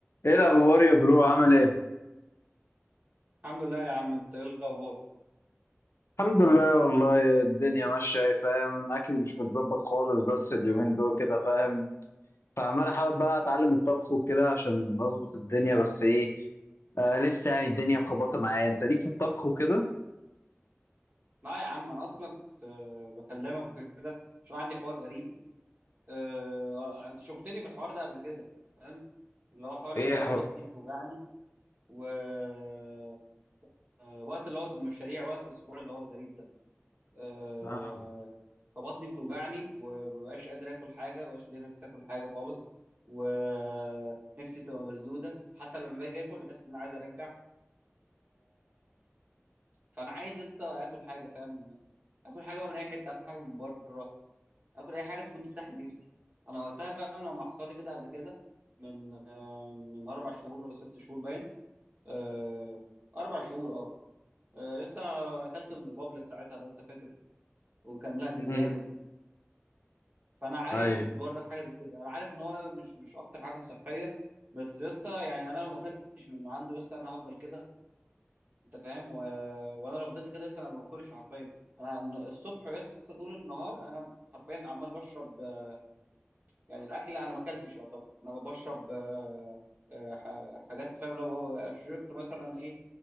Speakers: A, on the left; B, on the right.
A: ايه الاخبار يا برو عامل ايه
B: الحمد لله يا عم انت ايه الاخبار
A: الحمد لله والله الدنيا ماشيه إيه، فاهم اكلي مش متظبط خالص بس اليومين دول كده فاهم فعمال احاول بقى اتعلم الطبخ وكده عشان اظبط الدنيا بس ايه آه لسه يعني الدنيا مخبطه معايا انت ليك في الطبخ وكده
B: لا يا عم انا اصلا كنت آه، بكلمك وكده عشان عندي حوار غريب آه، انت شفتني في الحوار ده قبل كده فاهم اللي هو حوار
A: ايه
B: اللي هو
A: حق
B: بطني بتوجعني ووقت اللي هو المشاريع وقت الاسبوع اللي هو الغريب ده آه،
A: اه
B: فبطني بتوجعني ومبقاش قادر اكل حاجه مبقاش ليا نفسي اكل حاجه خالص ونفسي تبقى مسدوده حتى لما باجي اكل بحس ان انا عايز ارجع فانا عايز يا اسطى اكل حاجه فاهم اكل حاجه بقى من اي حته اكل حاجه من بره اكل اي حاجه تكون تفتح لي نفسي انا وقتها فاهم لما حصل لي كده قبل كده من آه، من اربع شهور ولا ست شهور باين آه، اربع شهور اه آه، لسه اكلت من ريبابليك ساعتها لو انت فاكر وكان لا كان
A: امم
B: جامد فانا عايز
A: ايوه
B: برضك حاجه زي كده انا عارف ان هو مش مش اكتر حاجه صحيه بس يسطا يعني انا لو ما اكلتش من عنده يسطا انا هفضل كده انت فاهم و... وانا لو فضلت كده لسه انا ما باكلش حرفيا انا الن- الصبح لسه طول النهار انا حرفيا عمال بشرب آه، يعني الاكل انا ما اكلتش يعتبر انا بشرب آه، آه، ح- حاجات فاهم لو ب- شربت مثلا ايه